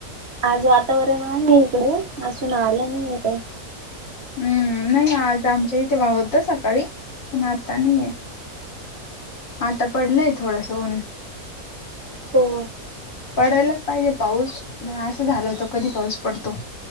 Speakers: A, on the right; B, on the left.
A: आज वातावरण आहे इकडे. अजून आलं नाही आहे काय.
B: हुं नाही आज आमच्या इथे बा होतं सकाळी. पण आता नाही आहे. आता पडलंय थोडस ऊन.
A: हो
B: पडायलाच पाहिजे पाऊस, नाय झालं होतं कधी पाऊस पडतो?